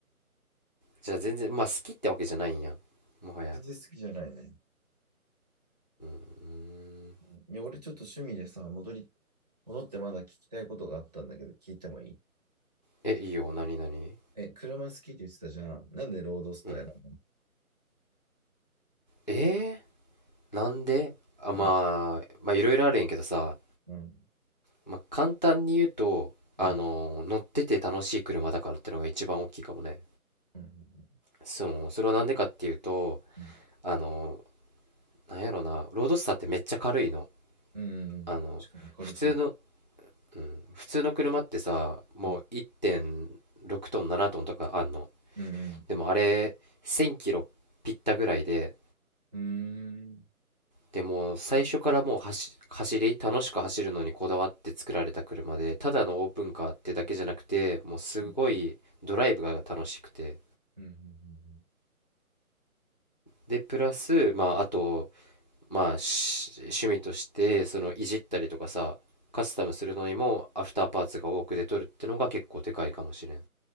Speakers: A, on the left; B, on the right.
A: じゃあ全然まあ好きってわけじゃないんやもはや
B: 全然好きじゃないね。
A: うーん
B: うんいや、俺ちょっと趣味でさ、戻り、戻ってまだ聞きたいことがあったんだけど、聞いてもいい
A: えいいよ何何
B: え、車好きって言ってたじゃん。なんでロードスタイルなの
A: うんえー、なんであまあまあいろいろあるんやけどさ
B: うん、うん、
A: まあ、簡単に言うと、あのー乗ってて楽しい車だからってのが一番大きいかもね。
B: うん、うん。うん
A: その、それはなんでかっていうと、
B: うん。
A: あのーなんやろな、ロードスターってめっちゃ軽いの。
B: うん。うんうん確かに軽そう。
A: あの、普通の、うん、普通の車ってさ、もう1.6トン、
B: うん。
A: 7トンとかあんの。
B: うん。
A: でもあれ、1000キロぴったぐらいで、
B: うん。
A: でもう最初からもう走、走り、楽しく走るのにこだわって作られた車で、ただのオープンカーってだけじゃなくて、
B: うん。
A: もうすごいドライブが楽しくて、
B: うん。うん。
A: で、プラス、まあ、あと、まあ、し趣味として、その、いじったりとかさ、カスタムするのにも、アフターパーツが多く出とるってのが結構でかいかもしれん。